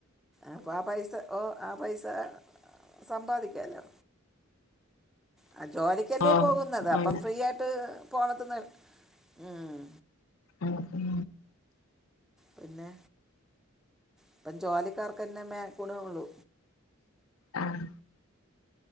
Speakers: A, in the centre; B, on the left.
A: അപ്പൊ ആപൈസ ഓ ആപൈസ സംബ്ബാദിക്കാല്ലോ ആ ജോലിക്കല്ലേ
B: ആഹ്
A: പോകുന്നത് അപ്പം
B: അങ്ങനെ
A: ഫ്രീ ആയിട്ട് പോണത് ഉം
B: അതെ
A: പിന്നെ ഇപ്പം ജോലിക്കാർക്കന്നെ മേ ഗുണേള്ളൂ
B: ആഹ്